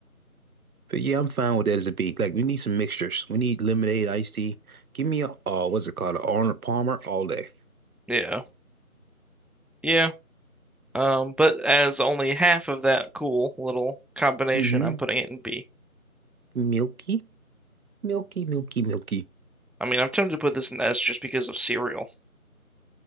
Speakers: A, on the right; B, in the centre.
A: But yeah, I'm fine with that as a beat. Like we need some mixtures. We need lemonade, iced tea. Give me a oh, what's it called? An Arnold Palmer all day.
B: yeah, yeah. Um, but as only half of that cool little combination,
A: hmm
B: I'm putting it in B.
A: Milky, milky, milky, milky.
B: I mean, I'm tempted to put this in S just because of cereal.